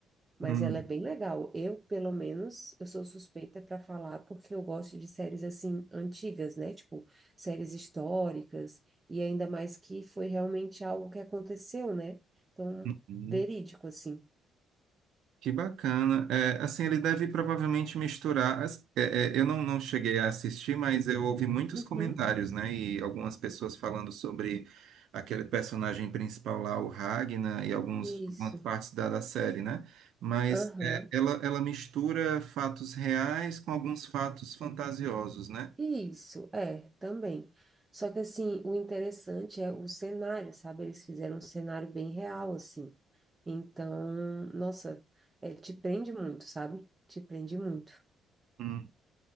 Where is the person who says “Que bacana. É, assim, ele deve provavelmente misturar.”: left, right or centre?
Right